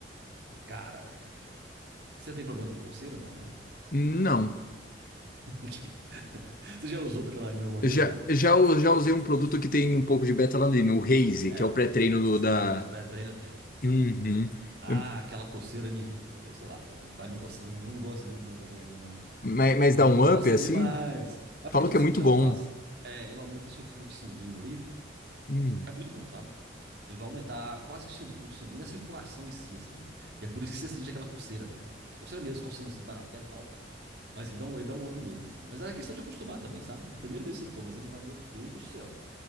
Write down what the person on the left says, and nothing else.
Não.
Eu
já,
já, u- já usei um produto que tem um pouco de betalanina, o Raze,
que é o pré-treino do,
da.
Uhum.
Eu-
Mas, mas
dá um
up assim?
Falam
que
é muito
bom.
Hum.